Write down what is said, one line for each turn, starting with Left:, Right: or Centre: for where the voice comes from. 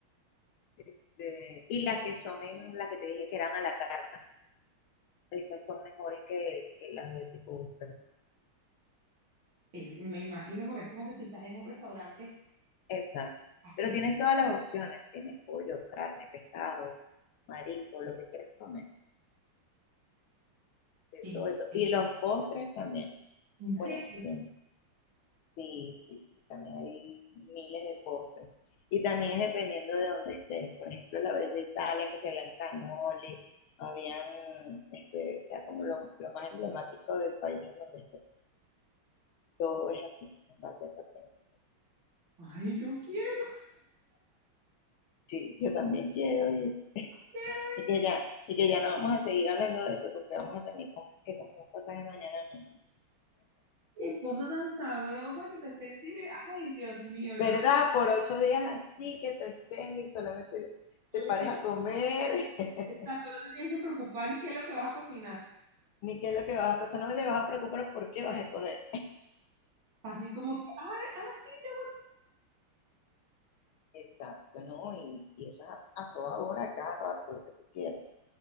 Left: Este, y las que son en las que te dije que eran a la carta Esas son mejores que, que las de tipo buffet.
Right: me imagino, porque es como que si estás en un restaurante
Left: Exacto.
Right: así,
Left: Pero tienes todas las opciones. Tienes pollo, carne, pescado, marisco, lo que quieras comer. De
Right: que-
Left: todo, de todo.
Right: que-
Left: Y los postres también.
Right: ¿en serio?
Left: Buenísimo. Sí, sí, sí. También hay miles de postres. Y también es dependiendo de dónde estés. Por ejemplo, la vez de Italia, que se habían cannoli, habían, este, o sea, como lo, lo más emblemático del país en donde estés. Todo es así, en base a esa temática.
Right: Ay, yo quiero,
Left: Sí, yo también quiero ir.
Right: quiero,
Left: y que ya, y que ya no vamos a seguir hablando de esto porque vamos a tener que comprar cosas de mañana mismo.
Right: qué cosa tan sabrosa que te estén sirviendo. Ay, Dios mío,
Left: ¿Verdad?
Right: no.
Left: Por ocho días así que tú estés y solamente
Right: vale".
Left: te pares a comer, <laughs>
Right: Exacto, no te tienes que preocupar ni qué es lo que vas a cocinar.
Left: ni qué es lo que vas a hacer, solamente te vas a preocupar por qué vas a escoger.
Right: Así como, que, ay, ah, sí, ya.
Left: Exacto, ¿no? Y, y eso es a, a, toda hora, a cada rato, lo que tú quieras.